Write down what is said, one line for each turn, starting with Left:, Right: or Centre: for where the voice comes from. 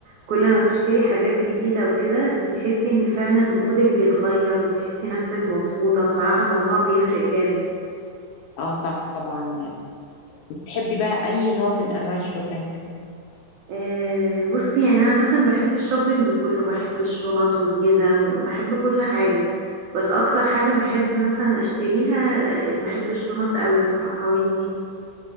Right: كل ما بتشتري حاجات جديده وكده بتحسي ان فعلا مودك بيتغير وبتحسي نفسك مبسوطه بصراحه الموضوع بيفرق جامد
Left: اه طبعا يعني بتحبي بقى اي نوع من انواع الشوبينج
Right: آه بصي يعني انا عامه بحب الشوبينج كله بحب الشنط والجزم وبحب كل حاجه بس اكتر حاجه بحب مثلا اشتريها آه، بحب الشنط قوي بصراحه وانتي